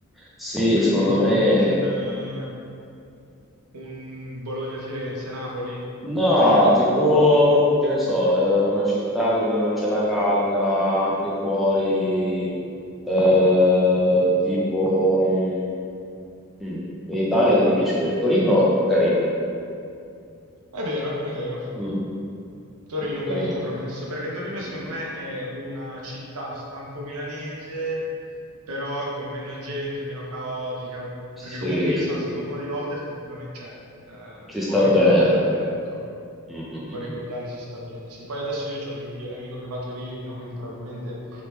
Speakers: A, in the centre; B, on the right.
A: Sì,
B: Quindi
A: secondo
B: tipo
A: me...
B: un, eh, un Bologna-Firenze-Napoli?
A: No, tipo, che ne so, eh, una città dove non c'è la calca, anche fuori, eh, tipo... mm, Mm. In Italia è difficile. Torino è carina.
B: È vero, è vero.
A: Mm.
B: Torino, un
A: Torino.
B: bel compromesso, perché Torino
A: Mm.
B: secondo me è una città stampo milanese, però con meno gente, meno caotica,
A: Sì,
B: perché comunque io
A: sì,
B: sono stato
A: sì.
B: un po' di volte effettivamente, cioè, eh,
A: Si
B: può
A: sta
B: ricordarla,
A: bene.
B: ecco.
A: Mm, mm,
B: Poi
A: mm.
B: a Rigordale si sta bene. Sì, poi adesso io ho il mio migliore amico che va a Torino, quindi probabilmente